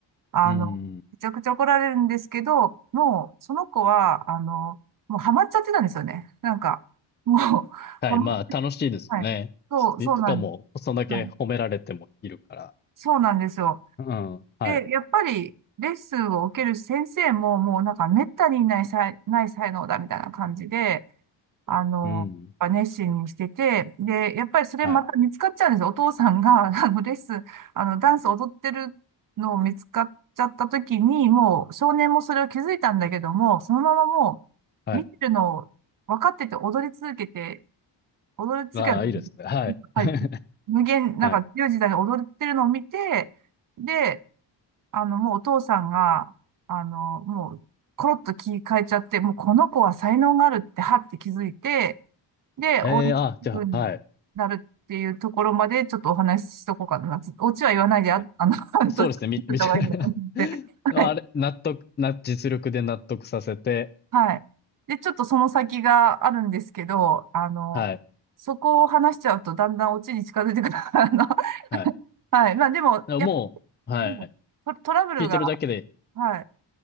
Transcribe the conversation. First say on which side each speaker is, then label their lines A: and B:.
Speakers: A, on the right (about 45°); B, on the left (about 25°).
A: あの、
B: うーん。
A: めちゃくちゃ怒られるんですけど、もう、その子は、あの、もうハマっちゃってたんですよね。なんか、もう、
B: はい、
A: ハマって、
B: まあ楽しいですよね。
A: はい。そう、
B: ししかも、
A: そうなんです。
B: そんだけ褒められてもいるから。
A: はいそうなんですよ。
B: うん、はい。
A: で、やっぱり、レッスンを受ける先生も、もうなんか、めったにいない才、ない才能だ、みたいな感じで、あの、
B: うん。
A: 熱心にしてて、で、やっぱりそれまた見つかっちゃうんですよ。
B: はい、
A: お父さんが、<laughs> あの、レッスン、あの、ダンス踊ってるのを見つかっちゃった時に、もう少年もそれを気づいたんだけども、そのままも
B: はい。
A: う、見てるのを分かってて踊り続けて、踊り続けた、
B: ああ、いいですね。はい。
A: はい、
B: <laughs>
A: 無限、なんか強い時代に踊ってるのを見て、
B: はい。
A: で、あの、もうお父さんが、あの、もう、コロッと気変えちゃって、もうこの子は才能があるって、はって気づいて、で、
B: ええ、
A: 応援するようになるっていうところまでちょっとお話ししとこうかな。
B: あ、じゃあ、はい。
A: ちょオチは言わないで、あ、
B: はい。
A: <laughs> あの、<laughs> 半年した方がいいなと思って。
B: そうですね、み見て <laughs> あれ、
A: はい。
B: 納得な実力で納得させて、
A: はい。で、ちょっとその先があるんですけど、あの、
B: はい、
A: そこを話しちゃうとだんだんオチに近づいてくる。<laughs> あの、
B: はい。
A: はい。まあでも、
B: でももう、
A: やっぱ、
B: はい、
A: なんだろうト、トラブルが、
B: 聞いてるだけで
A: はい。